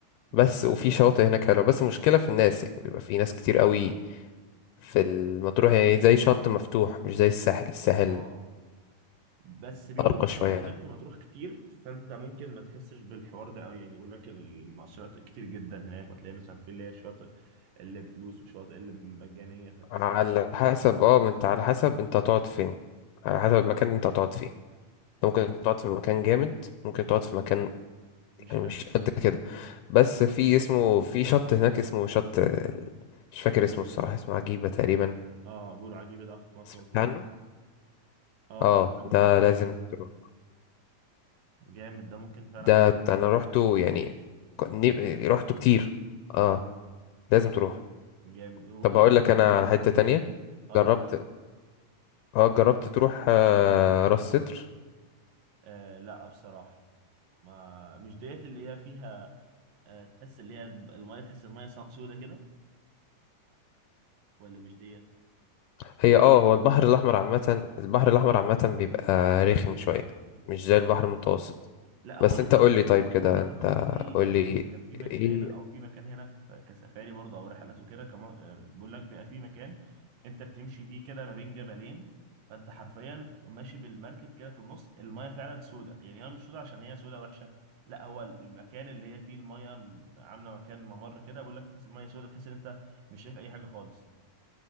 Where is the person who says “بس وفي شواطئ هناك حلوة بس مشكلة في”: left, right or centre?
Left